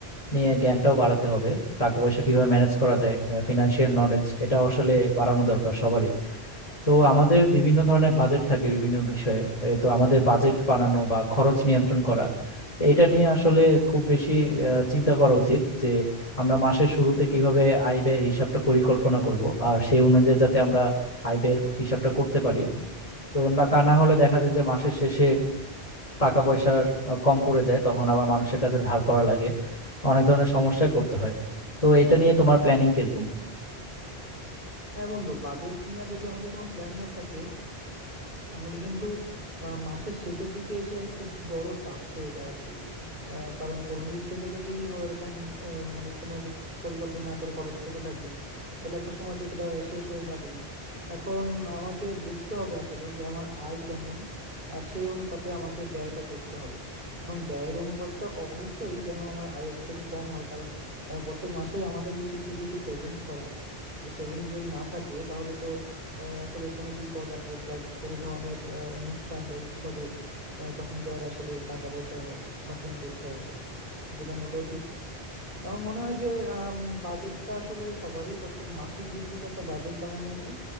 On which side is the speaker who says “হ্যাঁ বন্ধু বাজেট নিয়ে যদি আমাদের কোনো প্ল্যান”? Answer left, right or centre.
Right